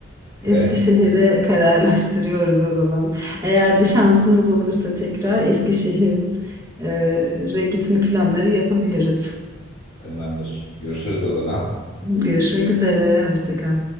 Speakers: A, on the right (about 15°); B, on the left (about 25°).
A: Eskişehir'e
B: ve
A: kararlaştırıyoruz o zaman. Eğer bir şansımız olursa tekrar Eskişehir'e gitme planları yapabiliriz.
B: tamamdır. Görüşürüz o zaman.
A: Görüşmek üzere. Hoşça kal.